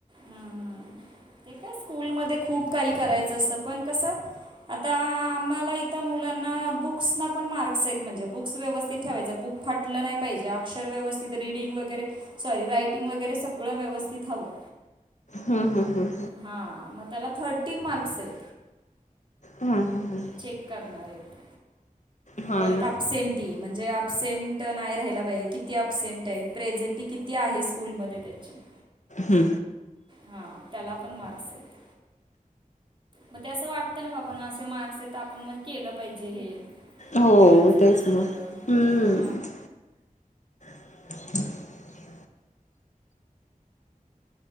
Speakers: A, on the right (about 35°); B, on the left (about 55°).
A: हू हू ते काय स्कूलमध्ये खूप काही करायचं असत पण कसं आता आम्हाला इथ मुलांना बुक्सना पण मार्क्स आहेत म्हणजे बुक्स व्यवस्थित ठेवायच बुक फाटलं नाही पाहिजे अक्षर व्यवस्थित रीडिंग वगैरे सॉरी रायटिंग वगैरे सगळं व्यवस्थित हवं
B: हू हू हू
A: हा म त्याला थर्टीन मार्क्स आहेत
B: हू हू
A: चेक करणारयेत
B: हा
A: परत
B: ना.
A: अपसेंट म्हणजे अपसेंट नाही राहिला पाहिजे किती अपसेंट आहे प्रेझेंटी किती आहे स्कूलमध्ये त्याची <inaudible>
B: हू
A: हा त्याला पण मार्क्सयेत म ते असं वाटत ना बाबांनो अस ते मार्क्स आहेत तर आपण मग केलं पाहिजे हे
B: हो
A: मुलांसाठी
B: तेच
A: सगळं
B: ना. हम्म.
A: हा
B: <inaudible>